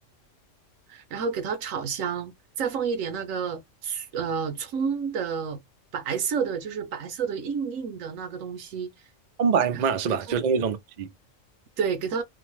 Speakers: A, on the right (about 85°); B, on the right (about 60°).
A: 然后给它炒香，再放一点那个呃葱的白色的，就是白色的硬硬的那个东西，
B: 葱白嘛是吧？
A: 然后给。
B: 就是那种东西，
A: 对，给它